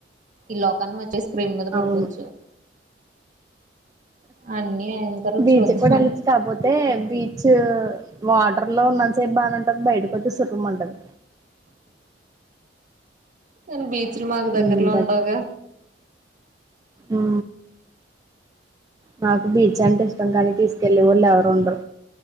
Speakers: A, on the right (about 45°); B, on the right (about 20°).
A: ఈ లోకాన్ని వచ్చిసి స్క్రీన్ మీద పడుకోవచ్చు
B: అవును
A: అన్ని అయిన తర్వాత
B: బీచ్
A: చూద్దామని
B: కూడా వెళ్లచ్చు కాపోతే బీచ్ వాటర్ లో ఉన్నంత సేపు బానేంటది బయటకి వస్తే సురూమ్ అంటది
A: ఉమ్ బీ మాకు దగ్గరలో
B: మ్మ్
A: ఉండవు గా
B: ఆ మాకు బీచ్ అంటే ఇష్టం కానీ తీసుకెల్లే వాళ్ళు ఎవరు రెండు